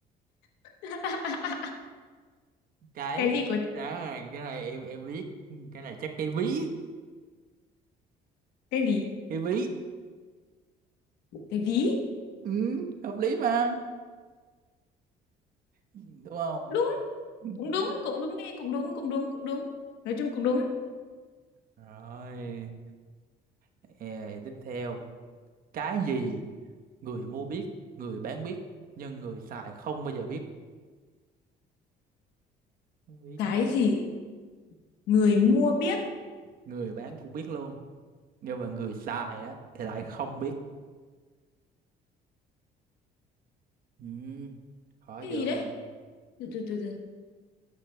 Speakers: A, on the left; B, on the right.
A: <laughs>
B: cái
A: Cái gì của
B: đó cái này em em biết cái này chắc cái ví
A: cái gì?
B: cái ví
A: Cái ví.
B: ừ, hợp lý mà đúng không
A: Đúng, cũng
B: đúng
A: đúng, cũng đúng đi, cũng đúng, cũng đúng, cũng đúng. Nói chung cũng đúng.
B: rồi Ê, tiếp theo cái gì người mua biết người bán biết nhưng người xài không bao giờ biết biết
A: Cái
B: chưa?
A: gì người mua biết?
B: người bán cũng biết luôn nhưng mà người xài á thì lại không biết ừ, khó
A: Cái
B: chưa
A: gì đấy? Từ từ từ từ.